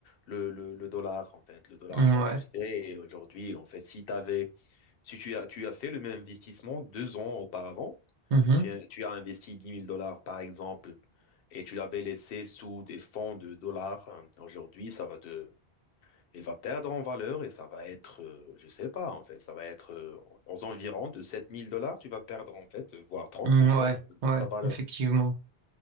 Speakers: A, on the left (about 65°); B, on the right (about 55°).
A: le, le, le dollar, en fait. Le dollar,
B: Mhm.
A: comme
B: Ouais.
A: tu sais, aujourd'hui, en fait, si t'avais, si tu as, tu as fait le même investissement deux ans auparavant,
B: Mhm.
A: tu, as tu as investi dix mille dollars, par exemple, et tu l'avais laissé sous des fonds de dollars. hein, Aujourd'hui, ça va te... Il va perdre en valeur et ça va être, euh, je sais pas, en fait, ça va être euh, aux environs de sept mille dollars, tu vas perdre, en fait, euh, voire 30%
B: Mm, Ouais.
A: de, de
B: Ouais.
A: sa valeur.
B: Effectivement.